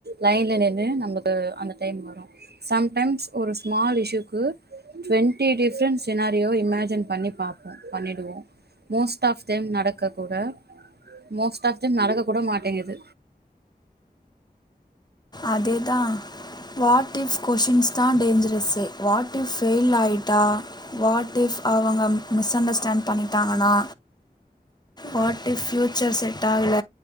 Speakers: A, on the right (about 80°); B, on the left (about 25°).
A: லைன்ல நின்னு நமக்கு அந்த டைம் வரு சம்டைம்ஸ் ஒரு ஸ்மால் இஸ்சுக்கு ட்வெண்ட்டி டிஃப்ரெண்ட் சினாரியோ இமேஜின் பண்ணி பாப்போ பண்ணிடுவோ மோஸ்ட் ஆஃப் தெம் நடக்க கூட மோஸ்ட் ஆஃப் நடக்க கூட மாட்டேங்குது
B: அதேதா வாட் இஃப் கொஷின்ஸ் தா டேஞ்சரஸ்சே வாட் இஃப் ஃபெயில் ஆகிட்டா வாட் இஃப் அவங்க மிஸ்அண்டர்ஸ்டாண்ட் பண்ணிட்டாங்கன்னா வாட் இஃப் ஃப்யூச்சர் செட் ஆகல